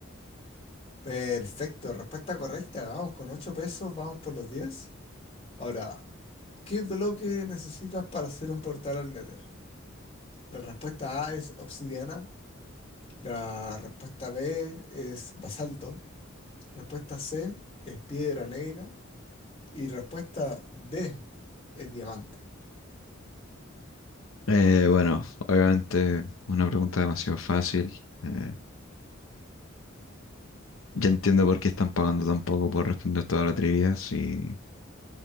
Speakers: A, on the left; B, on the left.
A: Perfecto, respuesta correcta. Vamos con 8 pesos, vamos por los diez Ahora. ¿Qué bloque necesitas para hacer un portal al Nether? La respuesta A es obsidiana, la respuesta B es basalto, respuesta C es piedra negra y respuesta D es diamante.
B: Eh, bueno, obviamente una pregunta demasiado fácil. eh, ya entiendo por qué están pagando tan poco por responder toda la trivia, si